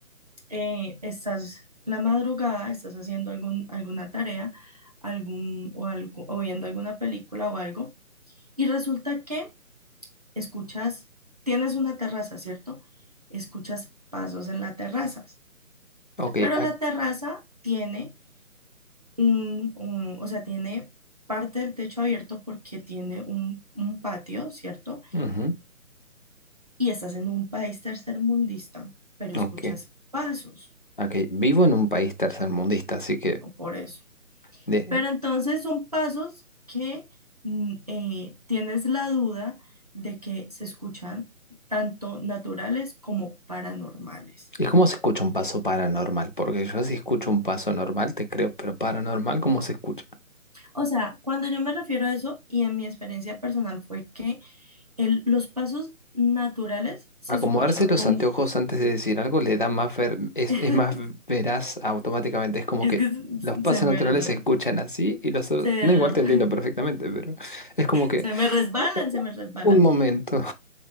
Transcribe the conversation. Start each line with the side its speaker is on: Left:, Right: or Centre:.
Right: eh, estás la madrugada, estás haciendo algún, alguna tarea, algún, o, algo, o viendo alguna película o algo, y resulta que escuchas, tienes una terraza, ¿cierto? Escuchas pasos en la terraza,
Left: ok,
Right: pero
Left: ac-
Right: la terraza tiene un, un- o sea, tiene parte del techo abierto porque tiene un, un patio, ¿cierto?
Left: ujú,
Right: Y estás en un país tercermundista, pero escuchas
Left: ok,
Right: pasos,
Left: ok. Vivo en un país tercermundista, así que...
Right: o por eso.
Left: De,
Right: Pero entonces son pasos que mm, eh, tienes la duda de que se escuchan tanto naturales como paranormales.
Left: ¿y cómo se escucha un paso paranormal? Porque yo si escucho un paso normal, te creo, pero paranormal, ¿cómo se escucha?
Right: O sea, cuando yo me refiero a eso y en mi experiencia personal fue que el- los pasos naturales se
Left: Acomodarse
Right: escuchan
Left: los
Right: con...
Left: anteojos
Right: f-
Left: antes de decir algo le da más ver, es,
Right: <laughs>
Left: es más veraz automáticamente. Es como
Right: Es
Left: que
Right: que se
Left: los pasos
Right: se me,
Left: naturales
Right: re-
Left: se escuchan así y los otros.
Right: se,
Left: No, igual te
Right: <laughs>
Left: entiendo perfectamente, pero es como que.
Right: se me resbalan,
Left: "U-
Right: se me resbalan.
Left: Un momento.